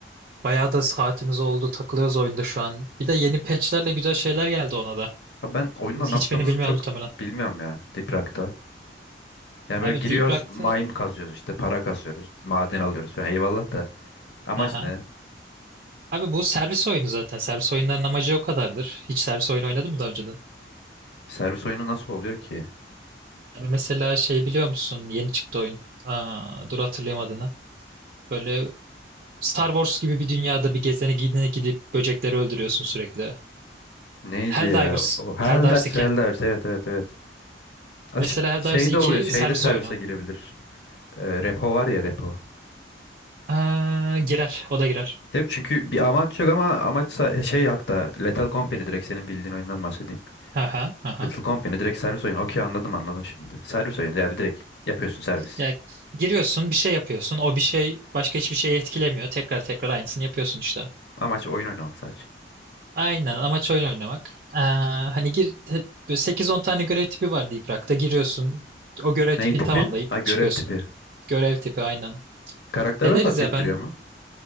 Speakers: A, on the right; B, on the left.
A: Bayağı da saatimiz oldu. Takılıyoruz oyunda şu an. Bir de yeni patchlerle güzel şeyler geldi ona da.
B: Abi ben oyunda
A: Hiçbirini
B: ne yaptığımızı
A: bilmiyorum
B: çok
A: muhtemelen.
B: bilmiyorum ya Diprak'ta. Yani
A: Abi
B: böyle giriyoruz,
A: Deep Rock'tı.
B: mine kazıyoruz işte para kasıyoruz, maden alıyoruz falan. Eyvallah da. Amaç
A: Aha.
B: ne?
A: Abi bu servis oyunu zaten. Servis oyunların amacı o kadardır. Hiç servis oyunu oynadın mı daha önceden?
B: Servis oyunu nasıl oluyor ki?
A: Abi mesela şey biliyor musun? Yeni çıktı oyun. Aa, dur hatırlayayım adını. Böyle Star Wars gibi bir dünyada bir gezene gidene gidip böcekleri öldürüyorsun sürekli.
B: Neydi
A: Helldivers.
B: ya? O Helldivers,
A: Helldivers iki
B: Helldivers. Evet evet evet. Ha,
A: Mesela
B: şey-
A: Helldivers
B: Şey
A: iki
B: de oluyor. Şeyde
A: servis
B: servise
A: oyunu.
B: girebilir. Ee, repo var ya repo.
A: Aa, girer. O da girer.
B: Değil Çünkü bir amaç yok ama amaçsa şey hatta Lethal Company direkt senin bildiğin oyundan bahsedeyim.
A: Aha, aha.
B: Lethal Company direkt servis oyunu. Okey anladım anladım şimdi. Servis oyunu yani direkt yapıyorsun servis.
A: Ya giriyorsun bir şey yapıyorsun. O bir şey başka hiçbir şeyi etkilemiyor. Tekrar tekrar aynısını yapıyorsun işte.
B: Amaç oyun oynamak sadece.
A: Aynen amaç oyun oynamak. Ee, hani gir te- böyle 8-10 tane görev tipi var Deep Rock'ta. Giriyorsun o görev
B: Ney
A: tipini
B: tipi?
A: tamamlayıp
B: Ha görev
A: çıkıyorsun.
B: tipi.
A: Görev tipi aynen.
B: Karakterler
A: Deneriz
B: fark
A: ya
B: ettiriyor
A: ben
B: mu?